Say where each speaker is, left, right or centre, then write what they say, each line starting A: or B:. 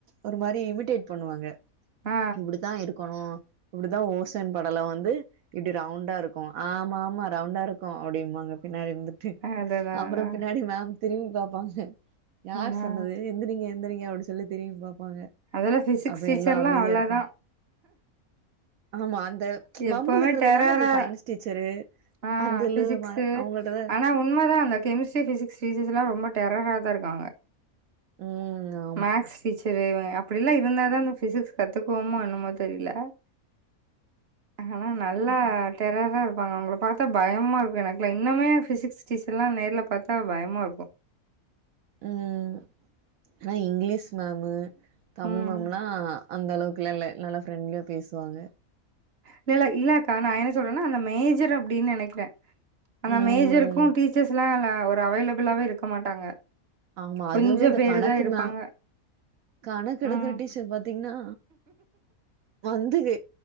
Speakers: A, on the right (about 75°); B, on the right (about 45°).
A: ஒரு மாரி இமிடேட் பண்ணுவாங்க
B: ஆ
A: இப்டித்தா இருக்கனு இப்டிதா ஓசோன் படலோ வந்து இப்டி ரவுண்டா இருக்கு ஆமா ஆமா ரவுண்டா இருக் கு அப்டிம்பாங்க பின்னாடி இந்துட்டு
B: அதுதா
A: அப்றோ
B: அதா
A: பின்னாடி மம் திரும்பி பாப்பாங்க யார்
B: ஆ
A: சொன்னது எந்திரீங்க எந்திரீங்க அப்டி சொல்லி திரும்பி பாப்பாங்க
B: அதெல்லா பிசிக்ஸ்
A: அப்றோ
B: டீச்சர்ல்லா
A: எல்லா அமைதியா
B: அவ்ளோதா
A: இருப்பாங்க ஆமா அந்த வம்பு
B: எப்பவுமே
A: இலுக்கிறது
B: டெரரா
A: எல்லாமே அந்த சயின்ஸ் டீச்சரூ
B: ஆ
A: அந்த இல்ல
B: ஃபிசிக்ஸு
A: இல்ல மா அவுங்கிட்டதா
B: ஆனா உண்மதா அந்த கெமிஸ்ட்ரி பிஸிக்ஸ் டீச்சர்ஸ்லா ரொம்ப டெரரா தா இருக்காங்க
A: ம் ஆ
B: மக்ஸ் டீச்சர் தெரில அப்டிலா இருந்தாதா அந்த பிசிக்ஸ் கத்துக்வோமோ என்னமோ தெரில ஆனா நல்லா
A: ம்
B: டெரர்ரா இருப்பாங்க அவங்கள பாத்தா பயம்மா இருக்கு எனக்குலா இன்னுமே ஃபிசிக்ஸ் டீச்சர்லா நேர்ல பாத்தா பயமா இருக்கு
A: ம் ஆனா இங்லீஷ் மமு தமிழ்
B: ம்
A: மம்லா அந்தளவுக்குலா இல்ல நல்லா ஃப்ரெண்ட்லியா பேசுவாங்க
B: இல்லல்ல இல்லக்கா நா என்ன சொல்றன்னா அந்த மேஜர் அப்டின்னு நினைக்கிற அந்த
A: ம்
B: மேஜருக்கு டீச்சர்ஸ்ல்லா ஒரு அவைலபிளாவே இருக்க மாட்டாங்க
A: ஆமா அதுமே
B: கொஞ்ச
A: இந்த
B: பேரு
A: கணக்கு
B: தா இருப்பாங்க
A: மம் கணக்கு எடுக்கிற
B: ம்
A: டீச்சர் பாத்தீங்னா வந்தது